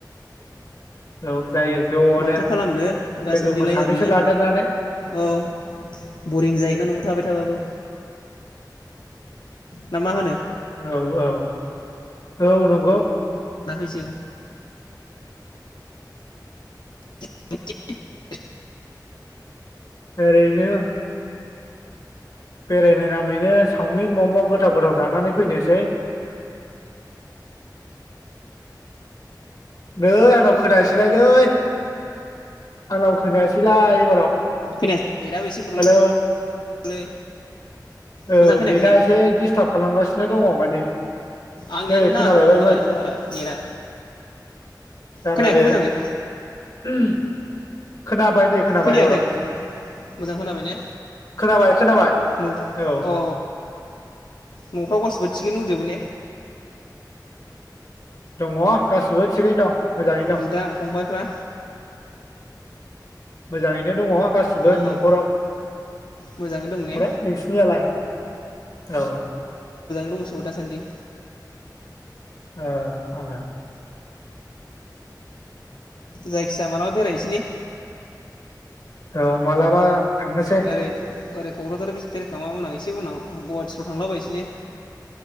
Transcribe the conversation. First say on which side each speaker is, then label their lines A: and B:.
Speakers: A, on the left; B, on the left.
A: औ जायो ज'नो
B: माथो खालामनो दासान्दिलाय
A: लोगोफोर सानैसो
B: ओरैनो
A: लादेरनानै
B: औ बरिं जायोना नआव थाबाय थाबाबो ना मा होनो
A: औ औ औ नंगौ
B: गोजौ <inaudible>
A: ओरैनो बेरायनाय नामैनो चावमिन मम गोथाव गोथाव जानानै फैनोसै नै आंनाव खोनायासैलायलै आंनाव खोनायासैलाय एबाराव
B: खोनायासै नेटाबो एसे प्रब्लेमलै
A: हेलौ औ
B: मोजां खोनायाखै
A: नेटआ
B: ने
A: एसे दिस्टार्ब खालामगासिनो दङ माने
B: आंनियानो
A: नै
B: नाङाखोमा
A: खोनालायबायमोन
B: बद्राय टावारा नेटआ
A: दाना
B: खोनायाखै
A: आरो
B: मोजाङै
A: <unintelligible> नै खोनाबाय
B: खोनायाखै
A: एबाराव
B: मोजां खोनाबाय ने
A: खोनाबाय खोनाबाय
B: न
A: औ
B: अ अ न' फ्राव गासिबो थिगैनो दंजोबो ने
A: दङ गासिबो थिगैनो दं मोजाङैनो दं
B: बिदा फंबायफ्रा
A: मोजाङैनो दङ गासिबो
B: उम
A: नखराव
B: मोजाङै दं ने
A: ओमफ्राय नोंसोनियालाय औ
B: दंसो दासान्दि
A: ओ ओं
B: जायखिजाया मालाबा बेरायहैसै ने
A: औ मालाबा थांनोसै
B: ओरै ओरै कक्राझार <inaudible> माने एसे उनाव गुवाहाटिफ्राव थांलाबायनिसै ने